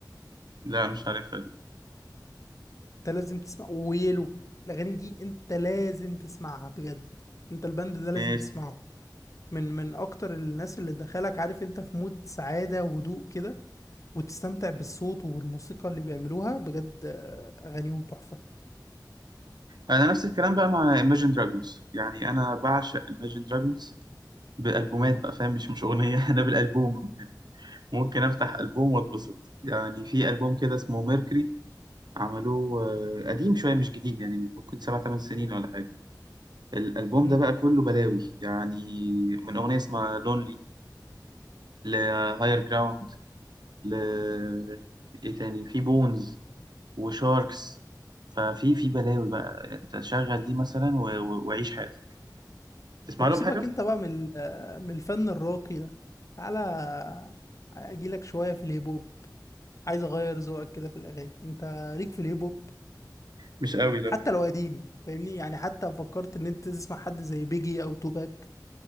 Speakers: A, on the right (about 70°); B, on the left (about 45°).
A: لا مش عارفها دي
B: انت لازم تسمع ويلو الاغاني دي انت لازم تسمعها بجد انت البند ده لازم
A: ماشي
B: تسمعه من من اكتر الناس اللي دخلك عارف انت في مود سعادة وهدوء كده وتستمتع بالصوت وبالموسيقى اللي بيعملوها بجد آه، اغانيهم تحفة
A: انا نفس الكلام بقى مع Imagine Dragons يعني انا بعشق Imagine Dragons بالالبومات بقى فاهم مش مش اغنية <laughs> انا بالالبوم يعني ممكن افتح البوم واتبسط يعني في البوم كده اسمه ميركوري عملوه آه، قديم شوية مش جديد يعني ممكن سبع تمن سنين ولا حاجة الألبوم
B: مم.
A: ده بقى كله بلاوي يعني من أغنية اسمها لونلي لهاير جراوند ل Higher Ground، ل- ايه تاني في بونز وشاركس ففي في بلاوي بقى انت شغل دي مثلا و- و- وعيش حياتك تسمع
B: طب
A: لهم
B: سيبك
A: حاجة؟
B: انت بقى من ال- آه، من الفن الراقي ده تعالى اجيلك شوية في الهيب هوب عايز اغير ذوقك كده في الاغاني انت ليك في الهيب هوب
A: مش قوي لا
B: حتى لو قديم فاهمني يعني حتى فكرت ان انت تسمع حد زي بيجي او توباك